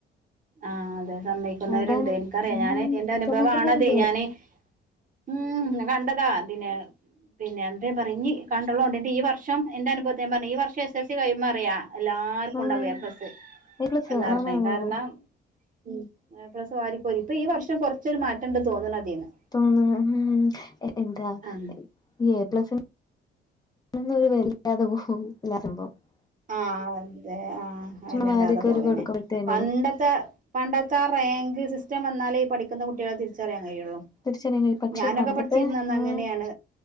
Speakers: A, on the right; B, on the left.
A: ആഹ് അതെ സമ്മക്കുന്നവര്ണ്ട്.
B: അതാണ്
A: എനിക്ക് റയാ
B: ഉം
A: ഞാന് എന്റെ അനുഭവാണതെ.
B: സമ്മതിക്കുന്നുണ്ട്
A: ഞാന് ഉം കണ്ടതാ അതിനെ പിന്നെ എന്തേ പറ ഇഞ്ഞ് കണ്ടൊളോണ്ടി ന്നിട്ട് ഈ വർഷം എന്റെ അനുഭവത്ത് ഞാ പറഞ്ഞ് ഈ വർഷം എസ് എൽ സി കഴിയുമ്പൊ അറിയാ. എല്ലാർക്കും
B: ഉം
A: ഉണ്ടാവും എപ്ലസ്
B: എ പ്ലസ്
A: എന്ന്ർഞ്ഞ്.
B: ആണാണാണ്
A: കാരണം ഉം എപ്ലസ് വാരിക്കോരി. ഇപ്പ ഈ വർഷം കൊർച്ചൊര് മാറ്റണ്ട് തോന്ന്ണ് അതീന്ന്.
B: തോനുന്നു ഉം എന്താ
A: ആഹ്
B: ഈ എ പ്ലസ് ന്നും ഒരു വെലിം ഇല്ലാതെ പോവും <unintelligible>
A: ആഹ് അതെ ആഹ് വെല
B: ചുമ്മാ മാര്യൊക്കെ
A: ഇല്ലാതെ പോവന്നെ
B: ഒരു കൊടുക്കുമ്പഴത്തേനെ
A: പണ്ട ത്തെ പണ്ടത്തെ ആ റാങ്ക് സിസ്റ്റം വന്നാലേ ഈ പഠിക്കുന്ന കുട്ടിയാളെ തിരിച്ചറിയാൻ കഴിയുള്ളൂ
B: തിരിച്ചനെ പക്ഷെ
A: ഞാനൊക്കെ
B: പണ്ടത്തെ
A: പഠിച്ചിരുന്നന്ന്
B: ആഹ്
A: അങ്ങനെയാണ്